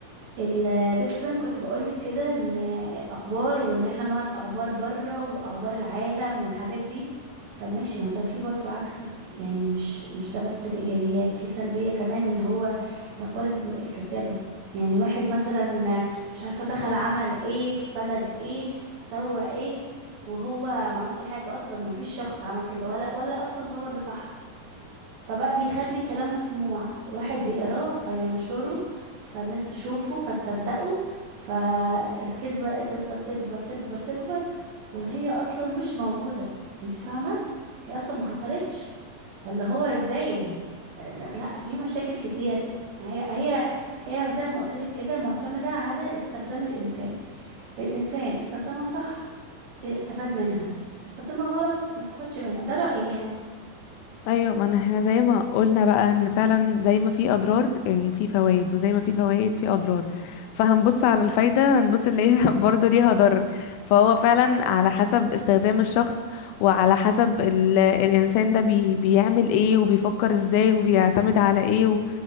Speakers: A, on the right; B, on the left.
A: ال- لسه زي ما كنت بقولك كده ان الاخبار وان احنا نعرف اخبار بره واخبار العالم والحاجات دي طب ماشي ما ده فيه برضو عكسه يعني مش مش ده بس الايجابيات في سلبية كمان اللي هو الاخبار الم- الكذابة يعني واحد مثلا مش عارفة دخل عمل ايه في بلد ايه سوى ايه وهو ما عملش حاجة اصلا ما فيش شخص عمل كده ولا ولا اصلا الخبر ده صح فبقى بيخلي الكلام مسموع واحد يقراه فينشره فالناس تشوفه فتصدقه فالكذبة تفضل تكبر تكبر تكبر وهي اصلا مش موجودة انت فاهمة هي اصلا ما حصلتش فاللي هو ازاي يعني ده- لا في مشاكل كتير هي هي هي زي ما قلت لك كده معتمدة على استخدام الانسان الانسان استخدمها صح استفاد منها استخدمها غلط ما استفادش منها ده رأيي يعني
B: ايوه ما أنا- احنا زي ما قلنا بقى ان فعلا زي ما في اضرار يعني في فوائد وزي ما في فوائد في اضرار فهنبص على الفايده هنبص نلاقيها <laughs> برضه ليها ضرر فهو فعلا على حسب استخدام الشخص وعلى حسب ال... الانسان ده بي... بيعمل ايه وبيفكر ازاي وبيعتمد على ايه و...